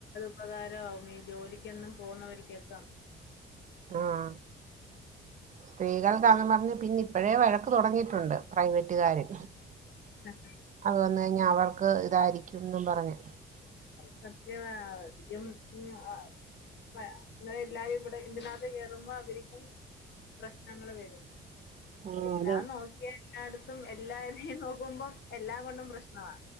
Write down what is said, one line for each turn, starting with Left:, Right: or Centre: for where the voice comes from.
Left: ഉപകാരാവും ഈ ജോലിക്കെന്നും പോകുന്നവർക്കെക്കെ
Right: ആഹ് സ്ത്രീകൾക്കാന്നും പർഞ്ഞ് പിന്നിം ഇപ്പഴേ വഴക്ക് തുടങ്ങിയിട്ടുണ്ട് പ്രൈവറ്റുകാര്
Left: <unintelligible>
Right: അത് വന്ന് കഴിഞ്ഞ അവർക്ക് ഇതായിരിക്കുംന്ന് പറഞ്ഞ്
Left: അത് സത്യവാ അത്യം പിന്നെ ആ പ ഇങ്ങനെ എല്ലാരും ഇവിടെ ഇതിനകത്ത് കേറുമ്പോ അവരിക്കും പ്രശ്നങ്ങൾ വരും
Right: ആഹ്
Left: എല്ലാം
Right: അതെ
Left: നോക്കിയ എല്ലായിടത്തും എല്ലാവരെയും നോക്കുമ്പം എല്ലാം കൊണ്ടും പ്രശ്നവ